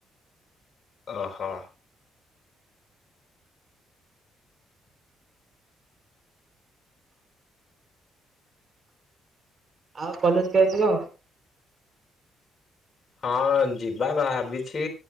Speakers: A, on the left; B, on the right.
A: ଓହୋ।
B: ଆଉ କଲେଜ କେବେ ଯିବ?
A: ହଁ ଯିବା ଭାବିଛି